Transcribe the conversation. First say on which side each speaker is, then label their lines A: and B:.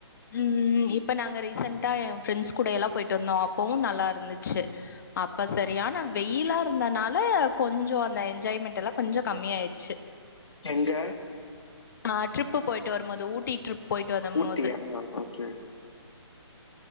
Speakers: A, on the left (about 45°); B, on the left (about 70°).
A: ம் ம் ம் இப்ப நாங்க ரி சண்ட்டா ஏ ஃப்ரெண்ஸ் கூடயெல்லா போய்ட்டு வந்தோ அப்பவு நல்லா இருந்துச்சி அப்ப சரியான வெயிலா ஆ இருந்தனால கொஞ்சொ அந்த என்ஜாய்மெண்ட்டெல்லா கொஞ்சொ கம்மியாயிட்ச்சி
B: எங்க
A: நா ட்ரிப்பு போயிட்டு வரும்போது ஊட்டி ட்ரிப் போயிட்டு வந்தம்
B: ஊட்டியா?
A: மோது
B: Okay, okay.